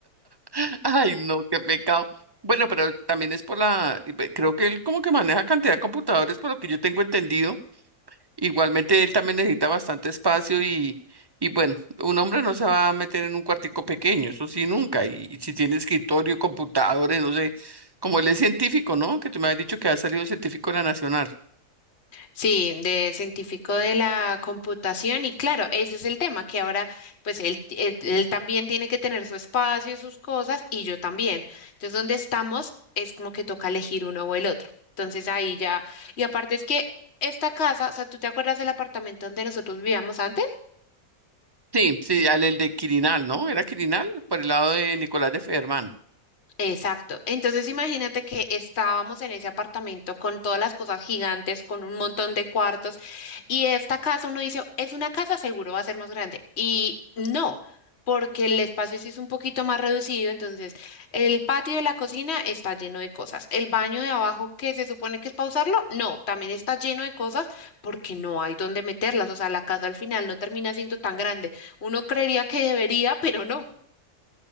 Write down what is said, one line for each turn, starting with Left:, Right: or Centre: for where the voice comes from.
Right: <laughs> Ay, no, qué pecado. Bueno, pero también es por la, creo que él como que maneja cantidad de computadores, por lo que yo tengo entendido. Igualmente él también necesita bastante espacio y, y bueno, un hombre no se va a meter en un cuartico pequeño, eso sí, nunca. Y, y si tiene escritorio, computadores, no sé, como él es científico, ¿no? Que tú me has dicho que ha salido científico de la Nacional.
Left: Sí, de científico de la computación y claro, ese es el tema, que ahora pues él, él- él también tiene que tener su espacio y sus cosas y yo también. Entonces, donde estamos es como que toca elegir uno o el otro. Entonces ahí ya, y aparte es que esta casa, o sea, ¿tú te acuerdas del apartamento donde nosotros vivíamos antes?
Right: Sí, sí, al el de Quirinal, ¿no? Era Quirinal, por el lado de Nicolás de Federman.
Left: Exacto. Entonces imagínate que estábamos en ese apartamento con todas las cosas gigantes, con un montón de cuartos, y esta casa uno dice, es una casa, seguro va a ser más grande. Y no, porque el espacio sí es un poquito más reducido, entonces el patio de la cocina está lleno de cosas. El baño de abajo, que se supone que es para usarlo, no, también está lleno de cosas porque no hay dónde meterlas. O sea, la casa al final no termina siendo tan grande. Uno creería que debería, pero no.